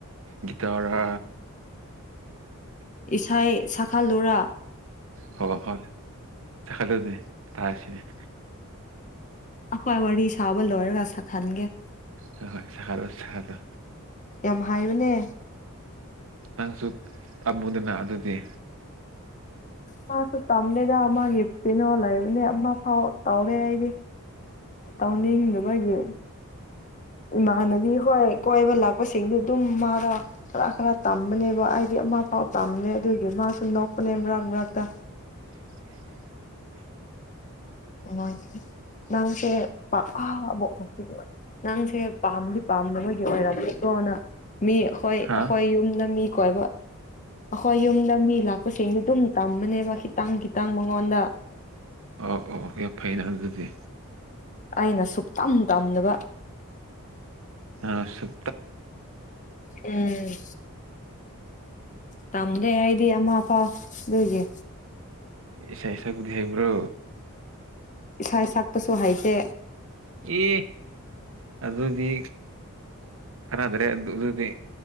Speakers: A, on the right; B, on the left.
A: ꯒꯤꯇꯥꯔꯥ
B: ꯏꯁꯥꯏ ꯁꯜꯍꯜꯂꯨꯔꯥ
A: ꯍ ꯍꯣꯏ ꯁꯛꯍꯜꯂꯨꯅꯦꯇꯥꯁꯤꯅꯦ
B: ꯑꯩꯈꯣꯏ ꯋꯥꯔꯤ ꯁꯥꯕ ꯂꯣꯏꯔꯒ ꯁꯛ ꯈꯟꯒꯦ
A: ꯍ ꯍꯣꯏ ꯁꯗꯣ ꯁꯗꯣ
B: ꯌꯥꯝ ꯍꯥꯏꯕꯅꯦ
A: ꯅꯪꯁꯨ ꯇꯝꯃꯨꯗꯅ ꯑꯗꯨꯗꯤ
B: ꯃꯥꯁꯨ ꯇꯝꯂꯦꯗ ꯃꯥꯒꯤ ꯄꯤꯅꯣ ꯂꯩꯕꯅꯦ ꯑꯃ ꯐꯥꯎ ꯇꯧꯔꯦ ꯑꯩꯗꯤ ꯇꯧꯅꯤ ꯍꯗꯕꯒꯤ ꯃꯅꯗꯤ ꯍꯣꯏ ꯀꯣꯏꯕ ꯂꯥꯛꯄꯁꯤꯡꯗꯤ ꯑꯗꯨꯝ ꯃꯥꯗ ꯈꯔ ꯈꯔ ꯇꯝꯕꯅꯦꯕ ꯍꯥꯏꯗꯤ ꯑꯃ ꯄꯥꯎ ꯄꯥꯝꯅꯦ ꯑꯗꯨꯏꯒꯤ ꯃꯥ ꯁꯨꯝ ꯅꯣꯛꯄꯅꯦ ꯃꯔꯥꯛ ꯃꯔꯥꯛꯛꯇ
A: <unintelligible>
B: ꯍ ꯅꯪꯁꯦ ꯄꯥꯛꯥꯕ ꯅꯪꯁꯦ ꯄꯥꯝꯗꯤ ꯄꯥꯝꯅꯕꯣꯏꯒꯤ ꯑꯣꯏꯔꯕꯠꯇꯣꯅ ꯃꯤ ꯍꯈꯣꯏ
A: ꯍꯥ
B: ꯑꯩꯈꯣꯏ ꯌꯨꯝꯗ ꯃꯤ ꯀꯣꯏꯕ ꯑꯩꯈꯣꯏ ꯌꯨꯝꯗ ꯃꯤ ꯂꯥꯛꯄꯁꯤꯡꯗꯤ ꯑꯗꯨꯝ ꯇꯝꯕꯅꯦꯕ ꯈꯤꯇꯪ ꯈꯤꯇꯪ ꯃꯉꯣꯟꯗ
A: ꯑꯣ ꯑꯣ ꯌꯥꯝ ꯐꯩꯅꯦ ꯑꯗꯨꯗꯤ
B: ꯑꯩꯅ ꯁꯨꯛ ꯇꯝ ꯇꯝꯗꯕ
A: ꯑꯁꯝ
B: ꯎꯝ ꯇꯝꯒꯦ ꯑꯩꯗꯤ ꯑꯥ ꯑꯄꯥꯥꯎ ꯑꯗꯨꯒꯤ
A: ꯑꯦꯁ ꯑꯦꯁꯥ ꯀꯗꯤ ꯍꯥꯏꯩꯕ꯭ꯔꯣ
B: ꯁꯥꯏ ꯁꯛꯄꯁꯨ ꯍꯥꯏꯩꯇꯦ
A: ꯏ ꯑꯗꯨꯗꯤ ꯑꯔꯗ꯭ꯔꯦ ꯑꯗꯨ ꯑꯗꯨꯗꯤ